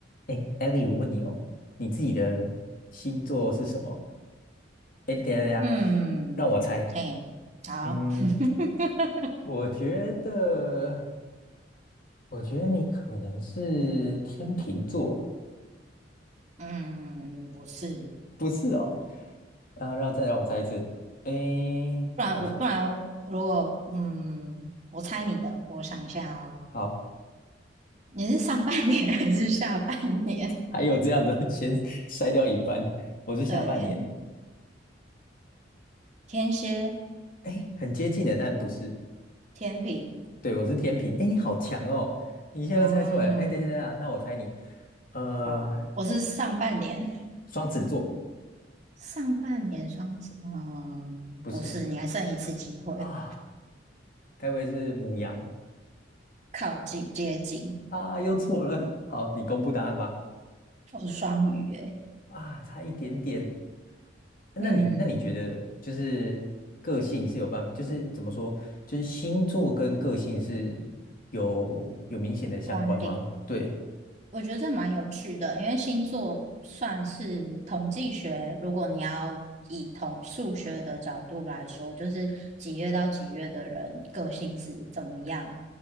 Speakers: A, on the left (about 50°); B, on the right (about 35°).
A: 哎艾 l 我问你哦，你自己的星座是什么？哎，等一下等一下，
B: 嗯，
A: 让我猜。
B: 嘿，好，
A: 嗯，
B: <laughs>
A: 我觉得，我觉得你可能是天秤座，
B: 嗯，不是，
A: 不是哦。啊，让再让我猜一次。哎，
B: 不然我不然如果嗯，
A: 不行，
B: 我猜你的，我想一下哦，
A: 好，
B: 你是上半年 <laughs> 还是下半年？
A: 还有这样的，<laughs> 先筛掉一半。我是下半年，
B: 对，天蝎、
A: 哎，很接近的，但不是。
B: 天平，
A: 对，我是天秤。哎，你好强哦，你现在又猜出来了。
B: 嗯，
A: 哎，等一下等一下，那我猜你，呃，
B: 好，我是上半年，
A: 双子座
B: 上半年双子，嗯，
A: 不是。
B: 不是，你还剩一次机会，
A: 啊，该不会是母羊
B: 靠近接近，
A: 啊？又错了。<laughs> 好，你公布答案吧。
B: 我是双鱼，诶，
A: 啊，差一点点。那你那你觉得就是个性是有办法，
B: 嗯，
A: 就是怎么说，就是星座跟个性是有有明显的相关吗？
B: 关联。
A: 对。
B: 我觉得这蛮有趣的，因为星座算是统计学，如果你要以统数学的角度来说，就是几月到几月的人个性是怎么样，